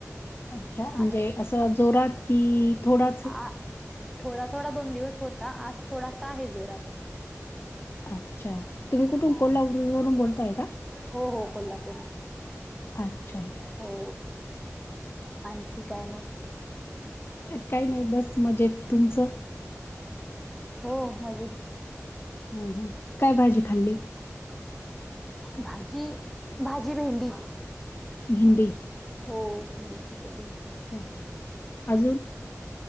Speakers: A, on the left; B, in the centre.
A: अच्छा म्हणजे
B: आहे
A: असं जोरात की थोडाच
B: हा
A: ये.
B: थोडा थोडा दोन दिवस होता आज थोडासा आहे जोरात आहे.
A: अच्छा तुम्ही कुठून
B: हा
A: कोल्हापूरूवरून बोलताय का?
B: हो हो कोल्हापूर
A: अच्छा
B: हो आणखी काय मग
A: काही नाही बस मजेत तुमचं
B: बोला हो मजेत
A: हम्म हम्म काय भाजी खाल्ली
B: भाजी भाजी भेंडी
A: भेंडी
B: हो भेंडीची केलेली.
A: अच्छा अजून